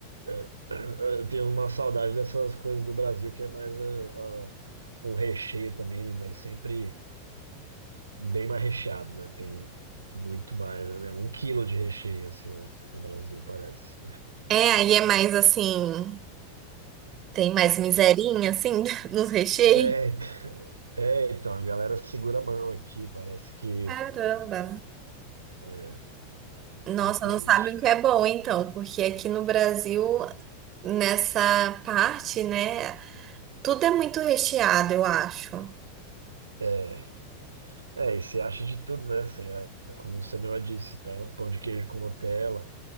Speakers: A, on the right; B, on the right.
A: é- <clears throat> eu tenho uma saudade dessas coisas do Brasil, que é mais é, a- o recheio também, ele vai sempre bem mais recheado, né? Tem muito mais, né? Um quilo de recheio, assim, né? no Brasil, parece.
B: É, aí é mais assim, tem mais miserinha, assim, <laughs> nos recheios.
A: É, é, então, a galera segura a mão aqui, parece que...
B: Caramba.
A: É,
B: Nossa,
A: depende.
B: não sabe o que é bom, então, porque aqui no Brasil, nessa parte, né, tudo é muito recheado, eu acho.
A: É. É, e se acha de tudo, né? Você, é, como você mesmo disse, tá? Pão de queijo com Nutella,